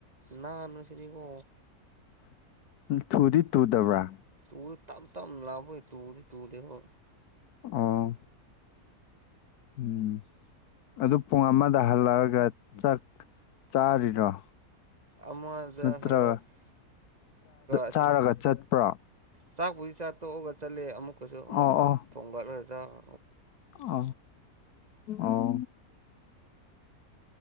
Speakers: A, on the right; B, on the left.
A: ꯅꯍꯥꯟꯅꯨ ꯁꯤꯅꯤꯀꯣ
B: ꯊꯨꯗꯤ ꯇꯨꯗꯕ꯭ꯔꯥ
A: ꯇꯨ ꯇꯝ ꯇꯝ ꯂꯕꯣꯏ ꯇꯨꯗꯤ ꯇꯨꯗ ꯍꯣ
B: ꯑ ꯎꯝ ꯑꯗꯨ ꯄꯨꯡ ꯑꯃꯗ ꯍꯜꯂꯛꯑꯒ ꯆꯥꯛ ꯆꯥꯔꯤꯔꯣ
A: ꯑꯃꯗ
B: ꯅꯠꯇ꯭ꯔꯒ
A: ꯍꯜꯂꯛꯑꯒ ꯑꯁꯤ
B: ꯆꯥꯔꯒ ꯆꯠꯄ꯭ꯔꯥ
A: ꯆꯥꯛꯄꯨꯗꯤ ꯆꯥ ꯇꯣꯛꯑꯒ ꯆꯠꯂꯦ ꯑꯃꯨꯛꯀꯁꯨ ꯑꯃꯨꯛ
B: ꯑꯣ ꯑꯣ
A: ꯊꯣꯡꯒꯠꯂꯒ ꯆꯥꯕ
B: ꯑ ꯑꯣ